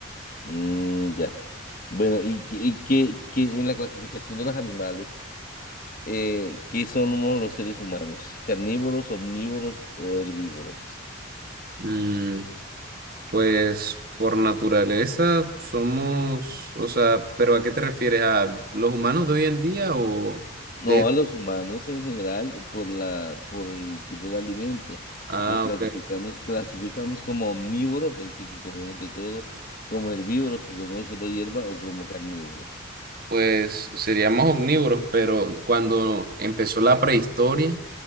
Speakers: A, on the left; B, on the right.
A: Mm, ya. Bueno, y, que- y que, que en la clasificación de los animales, eh, ¿qué somos los seres humanos? ¿Carnívoros, omnívoros o herbívoros?
B: Mm, pues por naturaleza somos, o sea, ¿pero a qué te refieres? ¿A los humanos de hoy en día o
A: No,
B: de...
A: a los humanos en general, por la, por el tipo de alimento,
B: Ah,
A: nos clasifica-
B: ok.
A: nos clasificamos como omnívoros, es decir, que comemos de todo, como herbívoros, que comemos solo hierba, o como carnívoros.
B: Pues seríamos omnívoros, pero cuando empezó la prehistoria,